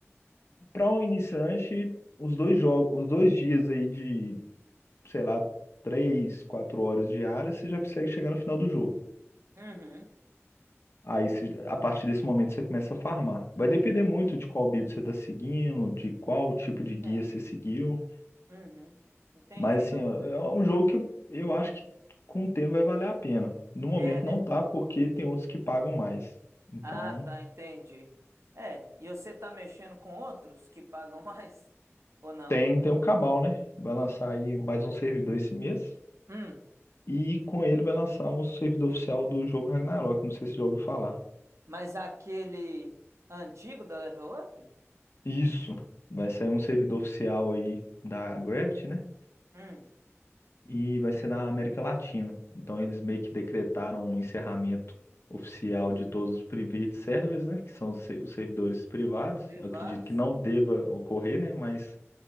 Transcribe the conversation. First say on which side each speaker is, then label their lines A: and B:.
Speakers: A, on the left (about 60°); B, on the right (about 75°).
A: para um iniciante os dois jogos, os dois dias aí de, sei lá, três, quatro horas diárias, você já consegue chegar no final do jogo.
B: Uhum.
A: Aí, se- a partir desse momento, você começa a farmar. Vai depender muito de qual build você está seguindo, de qual tipo
B: Entendi.
A: de guia você seguiu.
B: Uhum. Entendi.
A: Mas assim, ó, é um jogo que eu, eu acho que com o tempo vai valer a pena. No momento
B: É, né?
A: não tá, porque tem outros que pagam mais. Então,
B: Ah, tá, entendi. É, e você tá mexendo com outros que pagam <laughs> mais? Ou não?
A: tem, tem o Cabal, né? Vai lançar aí mais um servidor esse mês.
B: Hum.
A: E com ele vai lançar um servidor oficial do jogo Ragnarok. Não sei se você já ouviu falar.
B: Mas aquele antigo da Level Up?
A: Isso. Vai sair um servidor oficial aí da Gravity, né?
B: Hum.
A: e vai ser na América Latina. Então eles meio que decretaram um encerramento oficial de todos os private servers, né, que são os se- os servidores privados.
B: Privados.
A: Eu acredito que não deva ocorrer, né, mas